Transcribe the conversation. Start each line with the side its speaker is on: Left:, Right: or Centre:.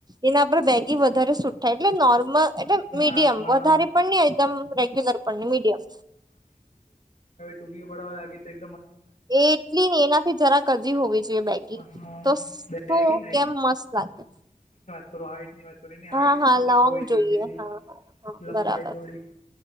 Right: એના પર બેગી વધારે સુ એટલે નોર્મલ એટલે મીડિયમ
Left: ના આમાં
Right: વધારે પણ નહી એકદમ રેગ્યુલર પણ નહી મીડિયમ
Left: તુગી બળવાાગી ત
Right: એટલી ને એનાથી જરા કદી હોવી જોઈએ બેગી
Left: હા
Right: તો શું
Left: બેગી
Right: કેમ મસ્ત લાગે
Left: થોડો હાઈટની વાત કરી એની
Right: હા
Left: હાઈટ
Right: હા
Left: થોડીક
Right: લોંગ
Left: હોવી
Right: જોઈએ
Left: જોઈતી તી
Right: હા હા હા
Left: લંબાઈ
Right: બરાબર
Left: થોડીક